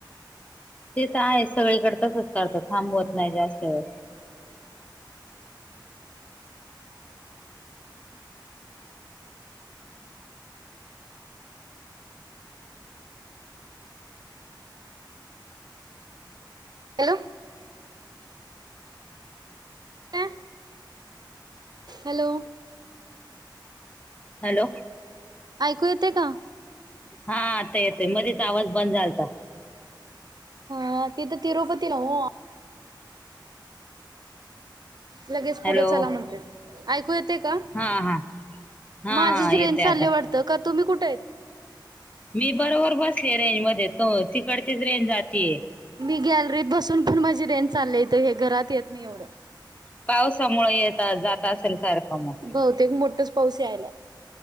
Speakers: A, on the left; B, on the right.
A: ते त आयेच सगळीकडं तसंच करतात. थांबवत नाई जास्त वेळ.
B: Hello <unintelligible> hello.
A: हॅलो.
B: ऐकू येते का?
A: हा आता येतय मध्येच आवाज बंद झल्ता.
B: हा तिथं तिरुपतीला हो लगेच
A: हॅलो
B: पुढं चला म्हणतेत, ऐकू येते का?
A: हा हा हा
B: माझीच
A: हा
B: रेंज
A: येतोय
B: चालली
A: आता
B: वाटतं, का तुम्ही कुठे आहे?
A: मी बरोबर बसलीय रेंज मध्ये तो तिकडचीच रेंज जातीय.
B: मी गॅलरीत बसून पण माझी रेंज चाललिय इथ हे घरात येत नाही एवढं.
A: पाऊसामुळ येता जात असेल सारखं मग.
B: बहुतेक मोठच पाऊस यायलाय.